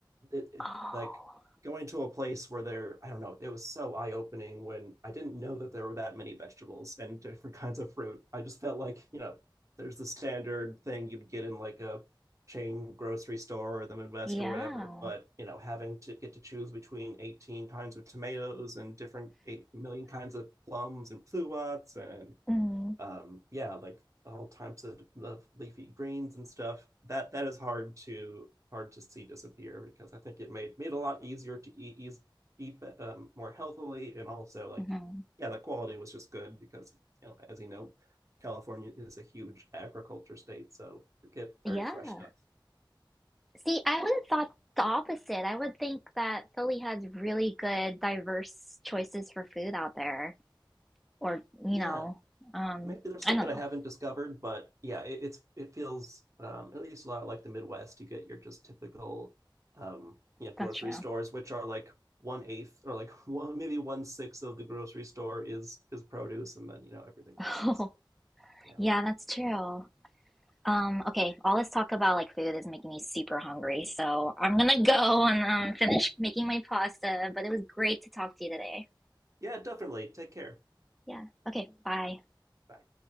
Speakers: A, on the right (about 40°); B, in the centre.
A: it, it
B: Oh,
A: like going to a place where there i don't know it was so eye-opening when i didn't know that there were that many vegetables and different <laughs> kinds of fruit i just felt like you know there's the standard thing you'd get in like a chain grocery store or the Midwest
B: yeah.
A: or whatever. But you know, having to get to choose between 18 kinds of tomatoes and different eight million kinds of plums and pluots and
B: Mm,
A: um, yeah, like all types of, of leafy greens and stuff. That that is hard to hard to see disappear because I think it made made it a lot easier to eat eat, eat um, more healthily and also like
B: hmm
A: yeah, the quality was just good because you know as you know. California is a huge agriculture state, so you get
B: Yeah.
A: very fresh stuff.
B: See, I would have thought the opposite. I would think that Philly has really good, diverse choices for food out there, or you
A: Yeah,
B: know, um,
A: maybe there's stuff
B: I don't
A: that
B: know.
A: I haven't discovered, but yeah, it, it's it feels um, at least a lot like the Midwest. You get your just typical, um, you know, grocery
B: That's true.
A: stores,
B: <laughs>
A: which are like one eighth or like <laughs> one maybe one sixth of the grocery store is is produce, and then you know everything else
B: Oh,
A: is yeah,
B: yeah, that's true. Um, okay, all this talk about like food is making me super hungry, so I'm gonna go and um, finish making my pasta, but it was great to talk to you today.
A: <laughs> yeah, definitely. Take care.
B: Yeah, okay, bye.
A: Bye.